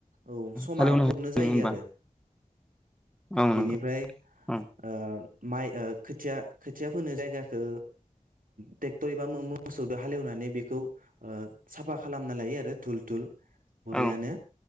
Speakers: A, on the right; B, in the centre.
A: औ समा
B: हालेवनो
A: थबनो
B: हायो
A: जायो
B: नङा होमबा
A: आरो
B: औ
A: बेनिफ्राय
B: नंगौ औ
A: ओ माइ खोथिया खोथिया फोनो जायगाखौ ट्रेक्टर एबा मोसौजों हालेवनानै बेखौ साफा खालामना लायो आरो धुल धुल बरियानो
B: औ